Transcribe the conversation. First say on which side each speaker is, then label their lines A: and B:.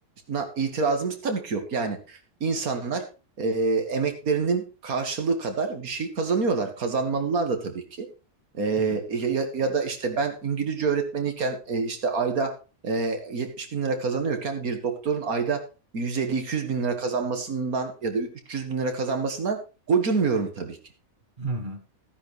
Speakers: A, on the right; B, on the right.
A: na- itirazımız tabii ki yok. Yani insanlar e, emeklerinin karşılığı kadar bir şey kazanıyorlar. Kazanmalılar da tabii ki. E,
B: Evet.
A: ya, ya da işte ben İngilizce öğretmeniyken e, işte ayda e, 70 bin lira kazanıyorken bir doktorun ayda 150-200 bin lira kazanmasından ya da 300 bin lira kazanmasından gocunmuyorum tabii ki.
B: Hı hı.